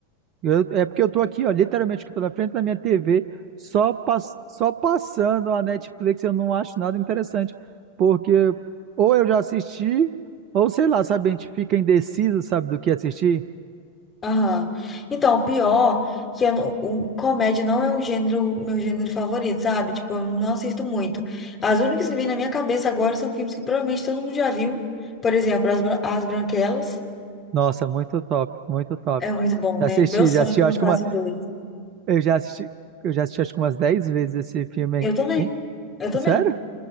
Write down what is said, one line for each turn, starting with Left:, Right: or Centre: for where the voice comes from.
Right: Eu- é porque eu tô aqui, ó, literalmente que tô na frente da minha TV, só, pass- só passando a Netflix, eu não acho nada interessante, porque ou eu já assisti, ou sei lá, sabe, a gente fica indeciso, sabe, do que assistir.
Left: Aham. Então, o pior que eu, não- o comédia não é um gênero, meu gênero favorito, sabe? Tipo, eu não assisto muito. As únicas que vêm na minha cabeça agora são filmes que provavelmente todo mundo já viu. Por exemplo, As, Bran- As Branquelas.
Right: Nossa, muito top, muito top.
Left: É muito bom,
Right: Já
Left: né?
Right: assisti,
Left: Meu sonho
Right: já assisti,
Left: é que
Right: eu
Left: lançasse
Right: acho que uma,
Left: o dois.
Right: eu já assisti, eu já assisti acho que umas 10 vezes esse filme
Left: Eu também.
Right: aí.
Left: Eu também.
Right: Sério?